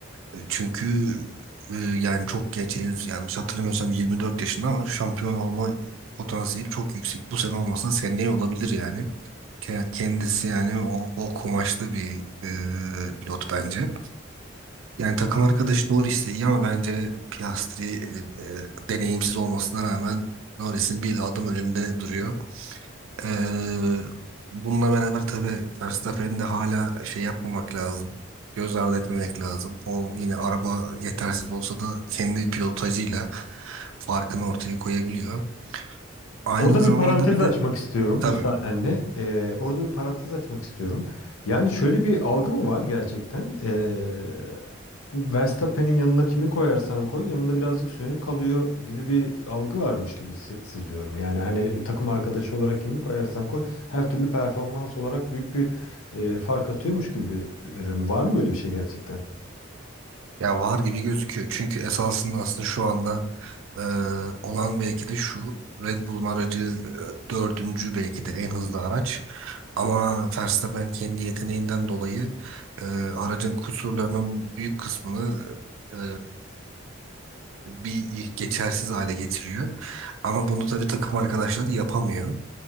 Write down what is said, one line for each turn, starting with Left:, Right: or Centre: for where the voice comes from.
Right: E, Çünkü eee, yani çok genç henüz yanlış hatırlamıyorsam 24 yaşında ama şampiyon olma potansiyeli çok yüksek. Bu sene olmasa seneye olabilir yani. Ke- Kendisi yani o, o kumaşlı bir eee, pilot bence. Yani takım arkadaşı Norris de iyi ama bence Piastri e, e, deneyimsiz olmasına rağmen Norris'in bir adım önünde duruyor. E, bununla beraber tabii Verstappen'in de hala şey yapmamak lazım. Göz ardı etmemek lazım. O yine araba yetersiz olsa da kendi pilotajıyla farkını ortaya koyabiliyor. Aynı
Left: Orada
Right: zamanda
Left: bir parantez
Right: bir de
Left: açmak istiyorum
Right: tabii
Left: müsaadenle. Ee, orada bir parantez açmak istiyorum. Yani şöyle bir algı mı var gerçekten? Ee, Verstappen'in yanına kimi koyarsan koy yanında birazcık sönük kalıyor gibi bir algı varmış gibi si- seziyorum. Yani hani e, takım arkadaşı olarak kimi koyarsan koy her türlü performans olarak büyük bir e, fark atıyormuş gibi görüyorum. Var mı böyle bir şey gerçekten?
Right: ya var gibi gözüküyor. Çünkü esasında aslında şu anda Ee, olan belki de şu Red Bull'un aracı e, dördüncü belki de en hızlı araç. Ama Verstappen kendi yeteneğinden dolayı e, aracın kusurlarının büyük kısmını e, bir geçersiz hale getiriyor. Ama bunu tabii takım arkadaşları yapamıyor.